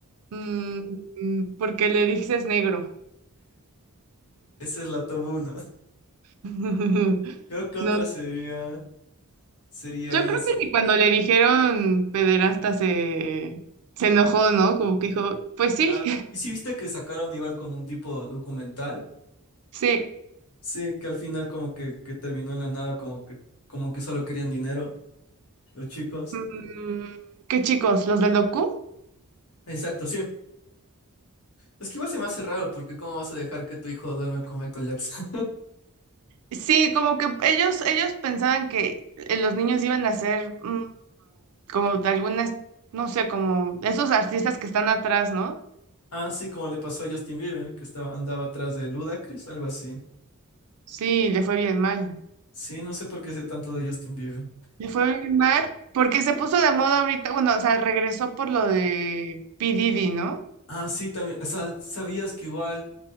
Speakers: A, on the right (about 75°); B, on the left (about 80°).
A: Mm, mm, porque le dices negro.
B: Esa es la top 1.
A: <laughs>
B: <laughs> Creo que otra
A: No,
B: sería, sería
A: yo
B: de
A: creo que ni cuando le dijeron pederasta se, se enojó, ¿no? Como que dijo, pues sí,
B: Claro. Y si viste que sacaron igual como un tipo documental,
A: <laughs> sí.
B: sí, que al final como que, que terminó en la nada, como que, como que solo querían dinero los chicos.
A: Mm, ¿qué chicos? ¿Los del docu?
B: Exacto, sí. Es que igual se me hace raro, porque ¿cómo vas a dejar que tu hijo duerme con Michael Jackson? <laughs>
A: Sí, como que ellos, ellos pensaban que eh, los niños iban a ser mm, como de algunas, no sé, como esos artistas que están atrás, ¿no?
B: Ah, sí, como le pasó a Justin Bieber, que estaba, andaba atrás de Ludacris, algo así.
A: Sí, le fue bien mal.
B: Sí, no sé por qué sé tanto de Justin Bieber.
A: Le fue bien mal porque se puso de moda ahorita, bueno, o sea, regresó por lo de P. Diddy, ¿no?
B: Ah, sí, también, o sea, ¿sabías que igual?